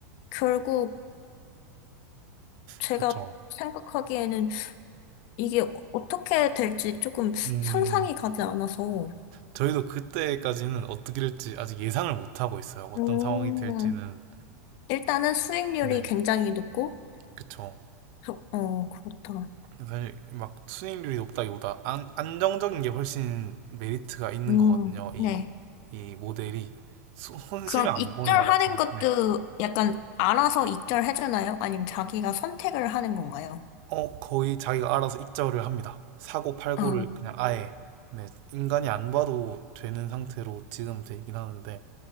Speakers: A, on the left; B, on the right.
A: 결국 제가
B: 그렇죠.
A: 생각하기에는 이게 어떻게 될지 조금
B: 음,
A: 상상이 가지 않아서,
B: 저희도 그때까지는 어떻게 될지 아직 예상을 못 하고 있어요. 어떤
A: 음,
B: 상황이 될지는.
A: 일단은 수익률이
B: 네.
A: 굉장히 높고,
B: 그쵸.
A: 저- 어, 그렇다.
B: 사실 막 수익률이 높다기보다 안, 안정적인 게 훨씬 메리트가 있는
A: 음,
B: 거거든요. 이,
A: 네.
B: 이 모델이. 손- 손실을
A: 그럼
B: 안
A: 익절하는
B: 보냐가 되게,
A: 것도
B: 네.
A: 약간 알아서 익절해주나요? 아니면 자기가 선택을 하는 건가요?
B: 어, 거의 자기가 알아서 익절을 합니다. 사고 팔고를
A: 아,
B: 그냥 아예 네, 인간이 안 봐도 되는 상태로 지금 되긴 하는데